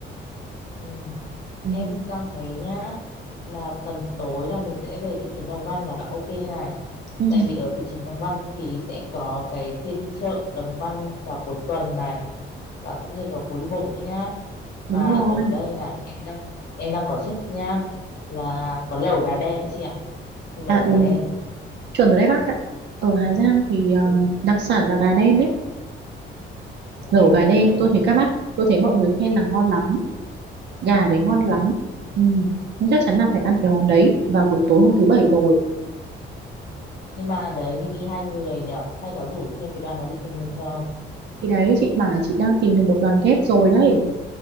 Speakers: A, on the left; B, on the right.
A: ừ.
B: ừ.
A: em đang thấy nhá là tầm tối là mình sẽ về thị trấn Đồng Văn là ok này
B: Ừ.
A: tại vì ở thị trấn Đồng Văn thì sẽ có cái phiên chợ Đồng Văn vào cuối tuần này và cũng như là phố đi bộ nữa nhá mà
B: đúng rồi
A: ở đây này em đang em đang có check nhá là có lẩu gà đen chị ạ lẩu
B: à
A: gà
B: ừ
A: đen
B: chuẩn rồi đấy bác ạ ở Hà Giang thì ờ,
A: ừ,
B: đặc sản là gà đen đấy
A: gà
B: lẩu
A: đen
B: gà đen
A: đấy
B: tôi thấy các bác tôi thấy mọi người khen là ngon lắm gà đấy ngon
A: ừ,
B: lắm ừ. nhưng chắc chắn là phải ăn cái món
A: ừ.
B: đấy vào buổi tối hôm thứ bảy rồi
A: nhưng mà đấy mình đi hai người nhỉ hay có rủ thêm cái đoàn nó đi cùng mình không
B: thì đấy chị bảo là chị đang tìm được một đoàn ghép rồi đấy